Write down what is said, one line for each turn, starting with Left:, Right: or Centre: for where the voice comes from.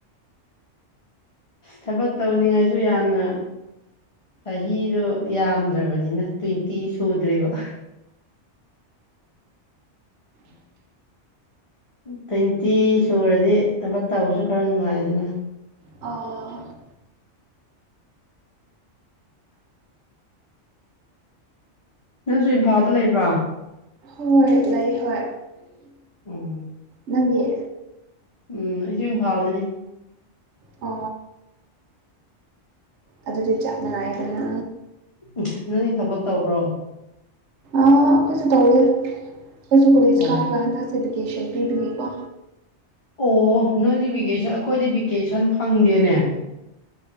Left: ꯑ ꯊꯕꯛ ꯇꯧꯅꯤꯡꯉꯥꯏꯁꯨ ꯌꯥꯝꯅ ꯆꯍꯤꯗꯣ ꯌꯥꯝꯗ꯭ꯔꯕꯅꯤꯅ ꯇ꯭ꯋꯦꯟꯇꯤ ꯁꯨꯗ꯭ꯔꯦꯕ ꯇ꯭ꯋꯦꯟꯇꯤ ꯁꯨꯔꯗꯤ ꯊꯕꯛ ꯇꯧꯕꯁꯨ ꯈꯔ ꯅꯨꯡꯉꯥꯏꯗꯅ
Right: ꯑ
Left: ꯅꯪꯁꯨ ꯏꯝꯐꯥꯜꯗ ꯂꯩꯕ꯭ꯔꯥ
Right: ꯍꯣꯏ ꯂꯩ ꯍꯣꯏ
Left: ꯎꯝ
Right: ꯅꯪꯉꯦ
Left: ꯎꯝ ꯑꯩꯁꯨ ꯏꯝꯐꯥꯜꯗꯅꯤ
Right: ꯑ ꯑꯗꯨꯗꯤ ꯆꯞ ꯃꯉꯏꯗꯅ
Left: ꯎ ꯅꯪꯗꯤ ꯊꯕꯛ ꯇꯧꯕ꯭ꯔꯣ
Right: ꯑꯩꯈꯣꯏꯁꯨ ꯇꯧꯋꯦ ꯑꯩꯈꯣꯏꯁꯨ ꯀꯣꯂꯁ
Left: ꯑꯣ
Right: ꯀꯥꯔꯒ ꯍꯟꯗꯛꯁꯤꯦꯗꯤ ꯀꯦꯁꯟ ꯄꯤꯗꯨꯒꯀꯣ
Left: ꯑꯣ ꯅꯣꯏꯗꯤꯚꯀꯦꯁꯟ ꯑꯩꯈꯣꯏꯗꯤ ꯚꯤꯀꯦꯁꯟ ꯐꯪꯗꯦꯅꯦ